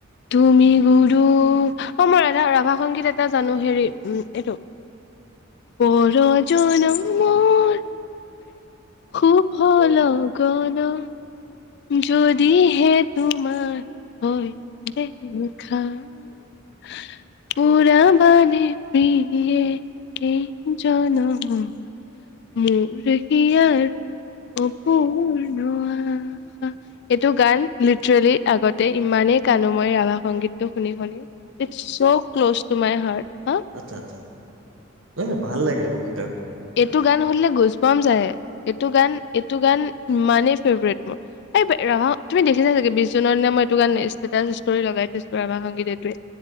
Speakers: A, on the left (about 60°); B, on the right (about 80°).
A: তুমি গুৰু অ' মই ৰাধা ৰাভা সংগীত এটা জানো। হেৰি উম এইটো পৰ জনমৰ সুভ লগনত যদি হে তোমাৰ হয় দেখা। - পুৰা বানে প্ৰিয়ে এই জনমত মোৰ হিয়াৰ অপূৰ্ণ এইটো গান লিটৰেলি আগতে ইমানেই কান্দো মই ৰাভা সংগীতটো শুনি শুনি it's so close to my heart হা'।
B: আচ্ছা, আচ্ছা। নাই নাই ভাল লাগে মোক।
A: এইটো গান শুনিলে গুজ পাম যায়, এইটো গান এইটো গান ইমানেই ফেভৰেট মোৰ। এই ৰাভা তুমি দেখিছা চাগে বিশ জুনৰ দিনা মই এইটো গান ষ্টেটাছ লগাই থৈছোঁ ৰভা সংগী এইটোৱে।